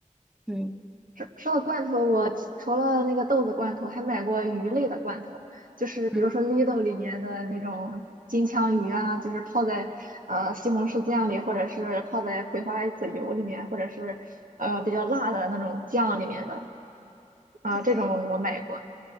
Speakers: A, in the centre; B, on the right.
A: 对，
B: 说说到罐头，我其除了那个豆子罐头，还买过鱼类的罐头，就是比如说
A: 嗯，
B: Lidl 里面的那种金枪鱼啊，就是泡在呃西红柿酱里，或者是泡在葵花籽油里面，或者是呃比较辣的那种酱里面的啊、
A: 对对对，
B: 这种我买过。